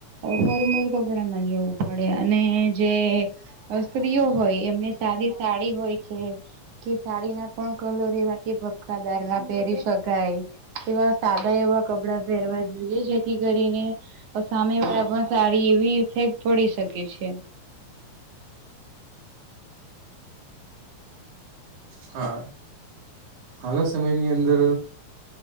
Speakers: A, on the right; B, on the right.
A: ફોર્મલ કપડા ના લેવું પડે અને જે વસ્તવીઓ હોય એમને સાદી સાડી હોય છે કે સાડી ના પણ કલર એવા કે કદાર ના પહેરી શકાય એવા સાદા એવા કપડાં પહેરવા જોઈએ જેથી કરીને તો સામે વાા પણ સારી એવી ઇફેક્ટ પડી શકે છે
B: હા હાાલ સમયની અંદર